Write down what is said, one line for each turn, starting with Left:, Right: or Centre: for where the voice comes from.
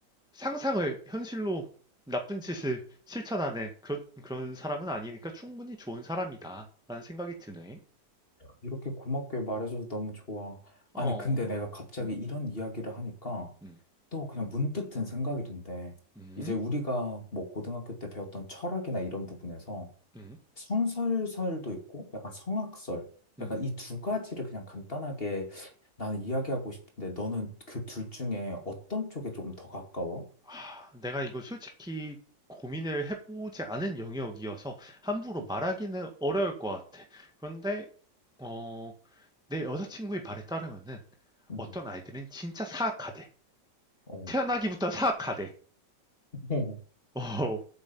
Centre: 상상을 현실로 나쁜 짓을 실천하는 그런, 그런 사람은 아니니까 충분히 좋은 사람이다. 라는 생각이 드네.
Left: 이렇게 고맙게 말해줘서 너무 좋아.
Centre: 어,
Left: 아니, 근데 내가 갑자기
Centre: 음,
Left: 이런 이야기를 하니까
Centre: 음,
Left: 또 그냥 문득 든 생각인데,
Centre: 음.
Left: 이제 우리가 뭐 고등학교 때 배웠던 철학이나 이런 부분에서
Centre: 음,
Left: 성설설도 있고, 약간 성악설,
Centre: 음.
Left: 약간 이 두 가지를 그냥 간단하게 나는 이야기하고 싶은데, 너는 그 둘 중에 어떤 쪽에 조금 더 가까워?
Centre: 아, 내가 이거 솔직히 고민을 해보지 않은 영역이어서 함부로
Left: 음.
Centre: 말하기는 어려울 것 같아. 그런데, 어, 내 여자친구의 말에 따르면은
Left: 음,
Centre: 어떤 아이들은 진짜 사악하대.
Left: 어.
Centre: 태어나기부터 사악하대.
Left: <laughs>
Centre: 어,